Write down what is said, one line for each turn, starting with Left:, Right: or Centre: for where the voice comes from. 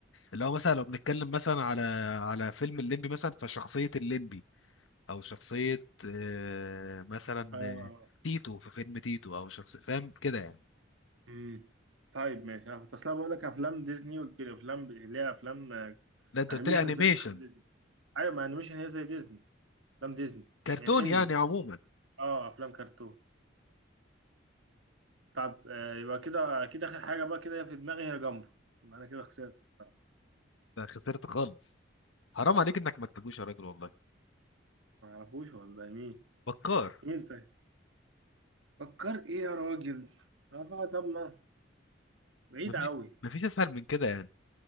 Left: اللي هو مثلا لو بنتكلم مثلا على على فيلم الليمبي مثلا فشخصية الليمبي أو شخصية آه، مثلا
Right: اه
Left: آه، تيتو في فيلم تيتو أو شخصية فاهم كده يعني
Right: امم طيب ماشي انا كنت اصلا بقول لك افلام ديزني قلت لي افلام ب- اللي هي افلام آه،
Left: لا أنت
Right: انيميشن
Left: قلت لي أنيميشن
Right: زي افلام ديزني ايوه ما انيميشن هي زي ديزني افلام ديزني مش
Left: كرتون
Right: يعني انمي
Left: يعني عموما
Right: اه افلام كرتون طب آه، يبقى كده اكيد اخر حاجه بقى كده في دماغي هي جامبو يبقى انا كده خسرت بصراحه
Left: أنت خسرت خالص حرام عليك إنك ما تجيبوش يا راجل والله
Right: ما اعرفوش والله مين
Left: بكار
Right: مين طيب فكر ايه يا راجل آه، طب ما بعيد
Left: مفيش
Right: قوي
Left: مفيش أسهل من كده يعني